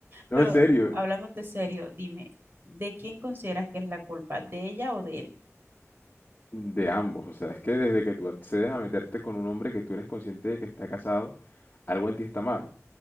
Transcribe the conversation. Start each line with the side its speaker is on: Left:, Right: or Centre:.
Left: no,
Right: Pero
Left: en serio,
Right: hablándote serio, dime, ¿de quién consideras que es la culpa? ¿De ella o de él?
Left: de ambos. O sea, es que desde que tú accedes a meterte con un hombre que tú eres consciente de que está casado, algo en ti está mal.